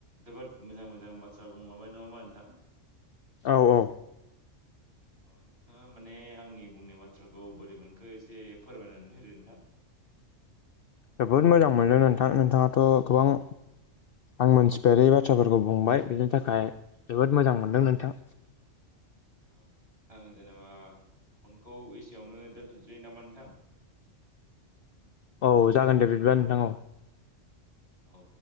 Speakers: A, on the right; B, on the left.
A: जोबोद मोजां मोजां बाथ्रा बुंलांबाय नङामा नोंथां?
B: औ औ।
A: <inaudible> औ नोंथाङा माने आंनि बुंनाय बाथ्राखौ बोरै मोनखो एसे फोरमायनानै होदो नोंथां? <inaudible>
B: जोबोद मोजां मोनदों नोंथां नोंथाङाथ' गोबां आं मोनथिफेरै बाथ्राफोरखौ बुंबाय बिनि थाखाय जोबोद मोजां मोनदों नोंथां।
A: औ नोंथां जेनेबा फनखौ एसेयावनो दोनथसै नामा नोंथां। <inaudible>
B: औ जागोन दे बिदिबा नोंथां औ।
A: औ